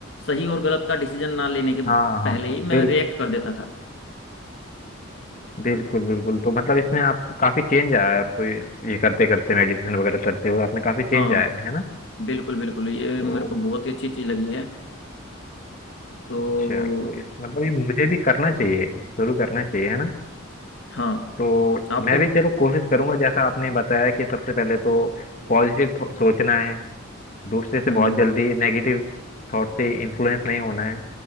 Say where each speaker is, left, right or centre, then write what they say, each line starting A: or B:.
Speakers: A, on the left; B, on the left.
A: सही और गलत का डिसीजन ना लेने के
B: हाँ हाँ
A: पहले
B: हाँ
A: ही मैं
B: बिल्कुल
A: रिएक्ट कर देता था
B: बिल्कुल बिल्कुल तो मतलब इसमें आप काफी चेंज आया है आप ये ये करते करते मेडिटेशन वगैरह करते हुए आपने काफी चेंज
A: हाँ
B: आया है है ना
A: बिल्कुल बिल्कुल ये
B: तो
A: मेरे को बहुत ही अच्छी चीज़ लगी है तो
B: अच्छा तो इस मतलब ये मुझे भी करना चाहिए शुरू करना चाहिए है ना
A: हाँ
B: तो
A: आपको
B: मैं भी चलो कोशिश करूंगा जैसा आपने बताया कि सबसे पहले तो पॉजिटिव सोचना है दूसरे से
A: हम्म
B: बहुत जल्दी नेगेटिव थॉट से इन्फ्लुएंस नहीं होना है